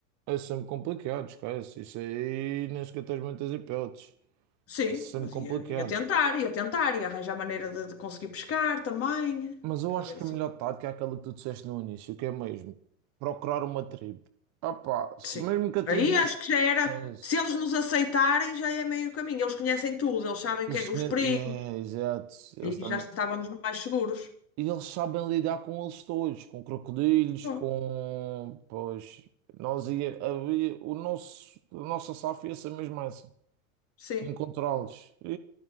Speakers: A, on the right; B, on the left.
A: é sempre complicado, esquece. Isso aí nem sequer tens muitas hipóteses.
B: Sim,
A: Esse
B: mas
A: é sempre complicado.
B: ia, ia tentar, ia tentar, ia arranjar maneira de, de conseguir pescar também.
A: Mas eu
B: Fazer
A: acho que
B: assim.
A: a melhor tática é aquela que tu disseste no início, que é mesmo procurar uma tribo. Ah, pá, se
B: Sim.
A: mesmo que a tribo
B: Aí
A: nos.
B: acho que já era.
A: É, isso.
B: Se eles nos aceitarem, já é meio caminho. Eles conhecem tudo, eles sabem
A: Eles,
B: que é-
A: tinham-
B: os perigos
A: é, exato. Eles
B: e
A: também.
B: já estávamos mais seguros.
A: E eles sabem lidar com eles todos, com crocodilos,
B: Bom,
A: com. Pois, nós ia, havia, o nosso, a nossa SAF ia ser mesmo essa.
B: sim,
A: Encontrá-los. E